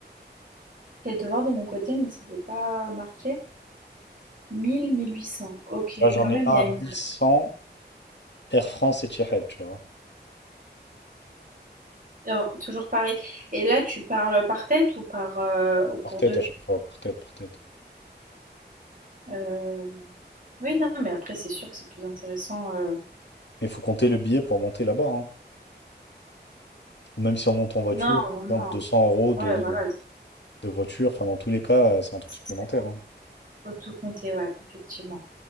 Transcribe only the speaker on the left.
Tu vois, j'en
ai un
à
1100. Air France et Etihad, tu vois.
Par tête
à chaque fois, par tête, par tête.
Mais il faut compter le billet pour monter là-bas. hein. Ou même si on monte en voiture,
donc
deux cents euros
de,
de voiture. Enfin, dans tous les cas, euh, c'est un truc
supplémentaire. hein.